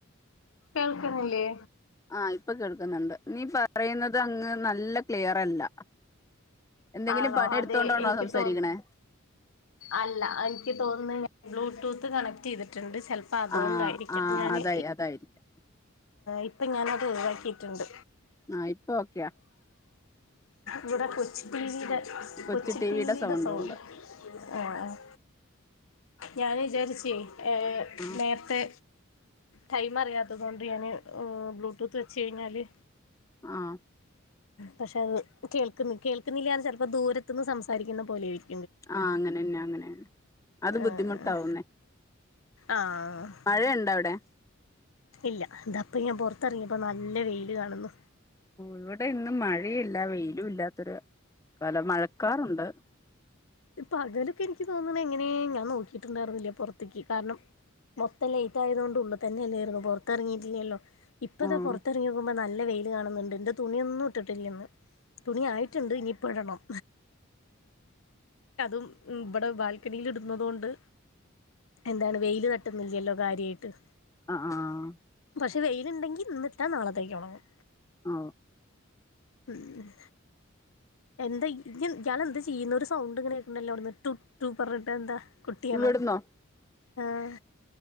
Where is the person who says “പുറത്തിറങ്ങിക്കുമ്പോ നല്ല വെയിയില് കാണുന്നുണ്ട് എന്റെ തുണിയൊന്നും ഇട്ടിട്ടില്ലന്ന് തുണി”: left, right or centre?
Left